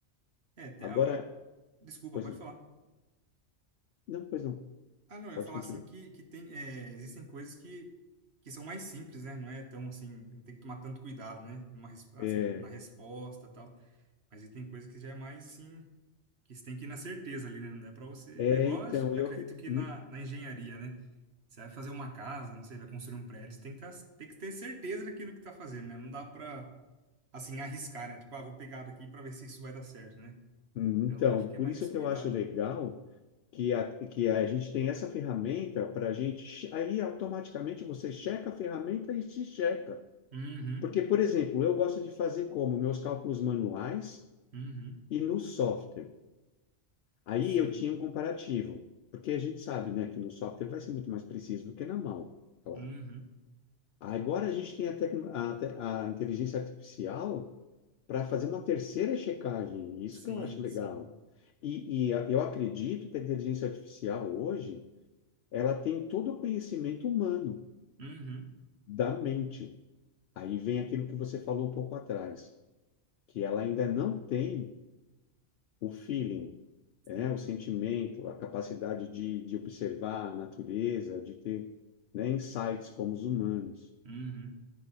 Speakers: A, on the right; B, on the left.
A: É, tem,
B: Agora,
A: a- desculpa,
B: pois
A: pode
B: não,
A: falar.
B: não, pois não,
A: Ah, não, eu
B: pode
A: ia falar
B: continuar.
A: assim que, que tem, é, existem coisas que, que são mais simples, né? Não é tão assim, não tem que tomar tanto cuidado, né? Uma, res- assim,
B: É,
A: na resposta e tal. Mas aí tem coisa que já é mais assim, que você tem que ir na certeza ali, né? Não dá pra você.
B: é,
A: É igual,
B: então,
A: acho- acredito
B: eu, acre-
A: que
B: me-
A: na, na engenharia, né? Você vai fazer uma casa, não sei, vai construir um prédio, você tem que, tá- tem que ter certeza daquilo que tá fazendo, né? Não dá pra, assim, arriscar, né? Tipo, ah, vou pegar daqui pra ver se isso vai dar certo, né?
B: então,
A: Então, eu acho que
B: por
A: é mais
B: isso
A: esse cuidado.
B: que eu acho legal que a, que a gente tem essa ferramenta para a gente, che- aí automaticamente você checa a ferramenta e se checa.
A: Uhum,
B: Porque, por exemplo, eu gosto de fazer como? Meus cálculos manuais
A: uhum.
B: e no software. Aí
A: Sim.
B: eu tinha um comparativo, porque a gente sabe, né, que no software vai ser muito mais preciso do que na mão, claro.
A: Uhum.
B: Agora a gente tem a, tecno- a te- a inteligência artificial para fazer uma terceira checagem. Isso
A: Sim,
B: que eu acho legal.
A: sim.
B: E, e ah, eu acredito que a inteligência artificial hoje, ela tem todo o conhecimento humano
A: Uhum.
B: da mente. Aí vem aquilo que você falou um pouco atrás, que ela ainda não tem o feeling, né?
A: Sim.
B: O sentimento, a capacidade de, de observar a natureza, de ter, né, insights como os humanos.
A: Uhum.